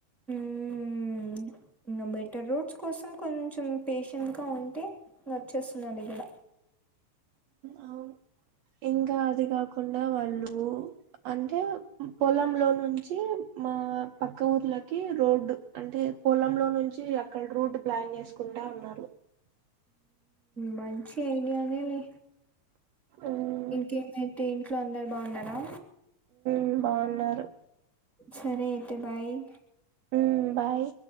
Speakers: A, in the centre; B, on the right.
A: మ్ <inaudible> రోడ్స్ కోసం కొంచెం పేషెంట్గా ఉంటే వచ్చేస్తున్నండి గుడ
B: అవున్ ఇంకా అది కాకుండా వాళ్ళు అంటే పొలంలో ను మా పక్క ఊర్లకి రోడ్డ్ అంటే పొలంలో నుంచి అక్కడ రూట్ ప్లాన్ చేసుకుంటా ఉన్నారు
A: మంచి ఐడియానే లే
B: ఉమ్,
A: ఇంకేమైతే ఇంట్లో అందర్ బాగున్నారా
B: మ్ బాగున్నారు
A: సరే అయితే బాయ్
B: మ్ బాయ్